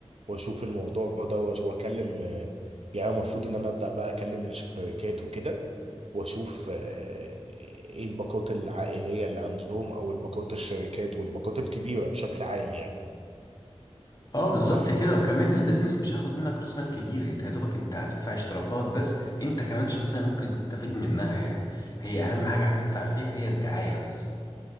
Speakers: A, on the right; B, on the left.
A: واشوف الموضوع ده وأش- واكلم آه، يعني المفروض ان انا ابدا بقى اكلم الشركات وكده واشوف آه، ايه الباقات العائليه اللي عندهم او الباقات الشركات والباقات الكبيره بشكل عام يعني
B: اه بالظبط
A: صح
B: كده
A: كده
B: وكمان البيزنس مش هياخد منك راس مال كبير انت يا دوبك انت هتدفع اشتراكات بس انت كمان شخصيا ممكن تستفيد منها يعني هي اهم حاجة هتدفع فيها هي الدعاية بس